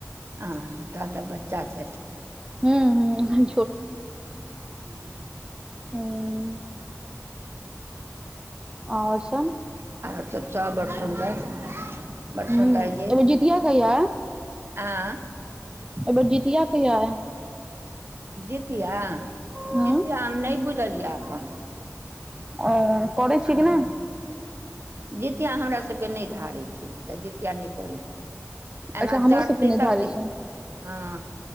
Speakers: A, on the right (about 50°); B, on the right (about 15°).
A: हँ तहन तऽ बच्चा छथि
B: हूंम्म हूंम्म
A: हँ हँ
B: हूँ आओर सब
A: <unintelligible> आओर सभ सभ बड़ सुन्दर बड़
B: हूंम्म
A: सुन्दर
B: अयबेर
A: ये
B: जितिया कहिया अय
A: आँ
B: अय बेर जीतिया कहिया अय
A: जितिया
B: हूं
A: जितिया हम नहि बुझलिय यै एखन
B: ओ करै
A: हँ
B: छी कि नै
A: जितिया हमरासभके नहि धारैत छै तऽ जितिया नहि करैत छीयै एना
B: अच्छा हमरो
A: चढ़कतै
B: सबके निर्धारित
A: सबचीज
B: छै
A: हँ